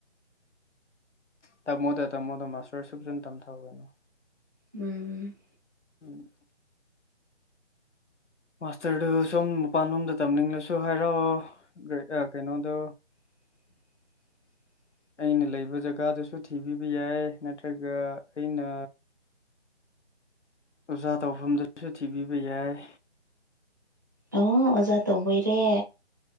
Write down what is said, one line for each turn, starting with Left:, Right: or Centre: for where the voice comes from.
Left: ꯇꯝꯃꯣꯗ ꯇꯝꯃꯣꯗ ꯃꯥꯁꯇꯔ ꯁꯅ ꯇꯝꯊꯥꯅꯣ
Right: ꯎꯝ
Left: ꯎꯝ ꯃꯥꯁꯇꯔꯗꯨ ꯁꯣꯝ ꯃꯄꯥꯟꯂꯣꯝꯗ ꯇꯝꯅꯤꯡꯂꯁꯨ ꯍꯥꯏꯔꯛꯑꯣ ꯀꯩꯅꯣꯗꯣ
Right: <inaudible>
Left: ꯑꯩꯅ ꯂꯩꯕ ꯖꯒꯥꯗꯨꯁꯨ ꯊꯤꯕꯤꯕ ꯌꯥꯏ ꯅꯠꯇ꯭ꯔꯒ ꯑꯩꯅ ꯑꯣꯖꯥ ꯇꯧꯐꯝꯗꯁꯨ ꯊꯤꯕꯤꯕ ꯌꯥꯏ
Right: ꯑ ꯑꯣꯖꯥ ꯇꯧꯕꯩꯔꯦ